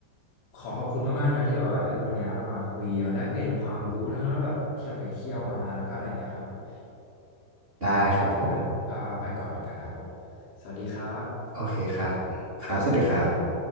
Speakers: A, on the left (about 65°); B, on the right (about 60°).
A: ขอขอบคุณมากๆนะครับที่แบบว่าเออวันนี้เรามาคุยมาแลกเปลี่ยนความรู้ทั้งแบบที่เราไปเที่ยวมาแล้วก็อะไรอย่างเงี้ยครับผม
B: ได้ครับผม
A: อ่ะอ่าไปก่อนเหมือนกันครับผมสวัสดีครับ
B: โอเคครับครับสวัสดีครับ